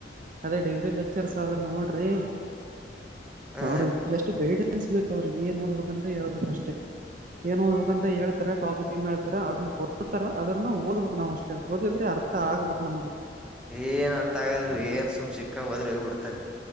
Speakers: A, on the right (about 50°); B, in the centre.
A: ಅದೇ ಡಿಗ್ರಿ ಲೆಚರ್ಸ್ ಆದ ನೋಡ್ರಿ
B: ಹಾ
A: ಅವ್ರ ಜಸ್ಟ್ ಗೈಡೆನ್ಸ್ ಬೇಕಕ್ ಅವ್ರಿಗೆ ಏನ್ ಓದ್ಬೇಕಂತ ಹೇಳ್ಬೇಕ ಅಷ್ಟೇ ಏನ್ ಓದ್ಬೇಕು ಅಂತ ಹೇತಾರೆ ಟಾಪಿಕ್ ಎಮ ಹೇಳ್ತಾರೆ ಅದನ್ನ ಕೊ ನತರ ಅದ್ರನ್ನ ಓದ್ಬೇಕುಕ್ ನಾವ್ ಅಷ್ಟೇ ಓದಿದ್ರೆ ಅರ್ಥ ಆಗ್ಬೇಕಕ್ ನಮಗ್
B: ಏನ್ ಅರ್ಥ ಆಗಲ್ ಏನ್ ಸುಮ್ ಸಿಕ್ಕಂಗಗೆ ಹೋದ್ರೆ ಹೋಗ ಬಿಡ್ತಾರ